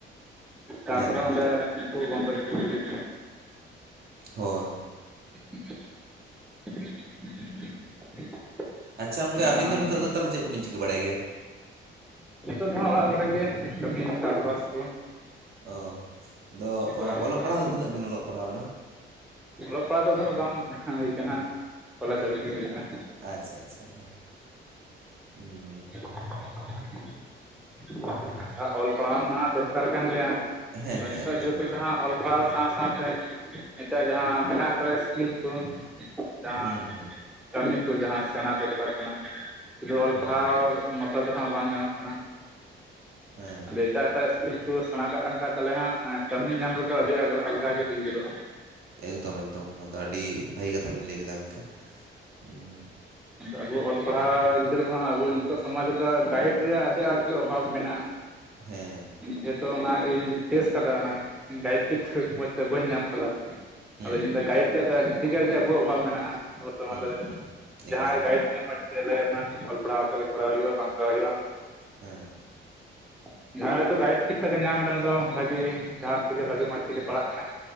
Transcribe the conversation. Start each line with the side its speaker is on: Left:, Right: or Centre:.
Centre: ᱛᱟᱨᱯᱚᱨᱮ
Right: ᱦᱮᱸ ᱦᱮᱸ
Centre: ᱚᱰᱮ ᱩᱱᱠᱩ ᱵᱚᱱᱫᱚ ᱪᱩᱠᱩ ᱦᱩᱭᱩᱜ
Right: ᱦᱳᱭ
Centre: <unintelligible>
Right: ᱟᱪᱪᱷᱟ ᱜᱚᱢᱠᱮ
Centre: ᱠᱟᱱᱟ
Right: ᱟᱵᱤᱱ ᱫᱚ ᱱᱤᱛᱚᱜ
Centre: ᱟᱫᱚ
Right: ᱫᱚ ᱛᱟᱦᱚᱸ ᱞᱮ ᱪᱮᱜ ᱠᱚᱵᱤᱱ ᱪᱤᱠᱟᱹ ᱵᱟᱲᱟᱭ ᱜᱮᱭᱟ
Centre: ᱱᱤᱛᱚᱜ ᱫᱚ ᱚᱲᱟᱜ ᱠᱚᱨᱮ ᱜᱮ ᱠᱟᱹᱢᱤ ᱪᱟᱥ ᱵᱟᱥ ᱠᱚ
Right: ᱚ ᱫᱚ
Centre: ᱠᱚᱨᱟᱣ ᱦᱩᱭᱩᱜ
Right: ᱚᱞᱚᱜ
Centre: ᱠᱟᱱᱟ
Right: ᱯᱟᱲᱦᱟᱣ ᱫᱚ ᱛᱤᱱᱟᱹᱜ ᱵᱤᱱ ᱚᱞᱚᱜ ᱯᱟᱲᱦᱟᱣ ᱟᱠᱟᱱᱟ
Centre: ᱚᱞᱚᱜ ᱯᱟᱲᱦᱟᱜ ᱫᱚ ᱩᱱᱟᱹᱜ ᱵᱟᱝ ᱦᱩᱭ ᱠᱟᱱᱟ ᱠᱚᱞᱮᱡ ᱦᱟᱹᱵᱤᱡ ᱜᱮ ᱦᱩᱭ ᱠᱟᱱᱟ᱾
Right: ᱟᱪᱪᱷᱟ ᱟᱪᱪᱷᱟ ᱦᱮ ᱦᱩᱸᱻ
Centre: <unintelligible> ᱚᱞ ᱯᱟᱲᱦᱟᱣ ᱢᱟ ᱫᱚᱨᱠᱟᱨ ᱠᱟᱱ ᱜᱮᱭᱟ
Right: ᱦᱮᱸ
Centre: ᱟᱫᱚ
Right: ᱦᱮᱸ
Centre: ᱱᱤᱛᱚᱜ
Right: ᱮᱠᱫᱚᱢ
Centre: ᱡᱩᱜᱽ
Right: ᱮᱠᱫᱚᱢ
Centre: ᱨᱮ ᱫᱚ ᱦᱟᱸᱜ ᱚᱞ ᱯᱟᱲᱟᱣ ᱥᱟᱶ ᱥᱟᱶ ᱛᱮ ᱮᱴᱟᱜ ᱡᱟᱦᱟᱸ ᱢᱮᱱᱟᱜ ᱟᱠᱟᱫ ᱤᱥᱠᱤᱞ ᱠᱚ᱾ ᱡᱟᱦᱟᱸ
Right: ᱦᱩᱸ ᱦᱩᱸ
Centre: ᱠᱟᱹᱢᱤ ᱠᱚ ᱡᱟᱦᱟᱸ ᱥᱮᱬᱟ ᱫᱚᱨᱠᱟᱨ ᱠᱟᱱᱟ᱾ ᱡᱩᱫᱤ ᱚᱞ
Right: ᱦᱩᱸ
Centre: ᱯᱟᱲᱦᱟᱣ ᱢᱚᱛᱚ ᱛᱮᱦᱚᱸ ᱵᱟᱝ ᱜᱟᱱᱚᱜ ᱠᱟᱱᱟ᱾
Right: ᱦᱮᱸ
Centre: ᱟᱫᱚ ᱮᱴᱟᱜ ᱮᱴᱟᱜ ᱠᱤᱞ ᱠᱚ ᱥᱮᱬᱟ ᱠᱟᱜ ᱠᱟᱱ ᱠᱷᱟᱡ ᱛᱟᱦᱚᱸ ᱞᱮ ᱦᱟᱜ ᱠᱟᱹᱢᱤ ᱧᱟᱢ ᱨᱮᱫᱚ ᱟᱹᱰᱤ ᱟᱜᱞᱟ ᱟᱞᱜᱟ ᱜᱮ ᱦᱩᱭ ᱜᱚᱫᱚᱜᱼᱟ᱾
Right: ᱮᱠᱫᱚᱢ ᱮᱠᱫᱚᱢ ᱱᱚᱣᱟ ᱫᱚ ᱟᱹᱰᱤ ᱵᱷᱟᱹᱜᱤ ᱠᱟᱛᱷᱟ ᱵᱤᱱ ᱞᱟᱹᱭ ᱠᱮᱫᱟ ᱜᱚᱢᱠᱮ <unintelligible>
Centre: ᱟᱫᱚ ᱟᱵᱚ ᱚᱞ ᱯᱟᱲᱦᱟᱣ ᱜᱤᱫᱽᱨᱟᱹ ᱫᱚ ᱦᱟᱸᱜ ᱟᱵᱚ ᱱᱤᱛᱚᱜ ᱥᱚᱢᱟᱡᱽ ᱨᱮ ᱫᱚ ᱜᱟᱭᱤᱰ ᱨᱮᱭᱟᱜ ᱟᱹᱰᱤ ᱟᱸᱴ ᱜᱮ ᱚᱵᱷᱟᱵ ᱢᱮᱱᱟᱜᱼᱟ᱾
Right: ᱦᱮᱸ
Centre: ᱡᱮᱦᱮᱛᱩ ᱚᱱᱟ ᱤᱧ ᱯᱷᱹᱮᱥ ᱠᱟᱫᱟ ᱚᱱᱟ ᱜᱤ ᱜᱟᱭᱤᱴ ᱴᱷᱤᱠ ᱴᱷᱟᱠ ᱢᱚᱸᱡᱽ ᱛᱮ ᱵᱟᱹᱧ ᱧᱟᱢ ᱠᱟᱫᱟ᱾
Right: ᱦᱩᱸ
Centre: ᱟᱫᱚᱧ ᱢᱮᱱ ᱮᱫᱟ ᱜᱟᱭᱤᱰ ᱨᱮᱭᱟᱜ ᱫᱚ ᱟᱹᱰᱤ ᱜᱟᱡ ᱜᱮ ᱟᱵᱚᱣᱟᱜ ᱚᱵᱷᱟᱵ ᱢᱮᱱᱟᱜᱼᱟ᱾ ᱟᱵᱚ ᱥᱚᱢᱟᱡᱽ
Right: ᱦᱩᱸ
Centre: ᱨᱮ
Right: ᱦᱩᱸ
Centre: ᱡᱟᱦᱟᱸᱭ
Right: ᱮᱠᱫᱚᱢ
Centre: ᱜᱟᱭᱤᱰ ᱢᱮᱭᱟ ᱢᱚᱡ ᱛᱮ ᱞᱟᱹᱭ ᱟᱢᱟ ᱚᱞ ᱯᱟᱲᱦᱟᱣ ᱦᱚᱪᱚ ᱜᱮ ᱠᱚᱨᱟᱣ ᱦᱩᱭᱩᱜᱼᱟ ᱵᱟᱝ ᱠᱚᱨᱟᱣ ᱦᱩᱭᱩᱜᱼᱟ᱾
Right: ᱦᱮᱸ
Centre: <unintelligible> ᱡᱟᱦᱟᱸᱭ ᱦᱚᱭ ᱛᱚ ᱜᱟᱭᱤᱰ ᱴᱷᱤᱠ ᱴᱷᱟᱠ ᱮ ᱧᱟᱢ ᱮᱫᱟ ᱩᱱᱤ ᱫᱚ ᱵᱷᱟᱹᱜᱤ ᱰᱟᱦᱟᱨ ᱛᱮᱜᱮ ᱵᱷᱟᱜᱤ ᱢᱚᱸᱡᱽ ᱛᱮᱜᱮ ᱯᱟᱲᱦᱟᱜ ᱠᱟᱱᱟᱭ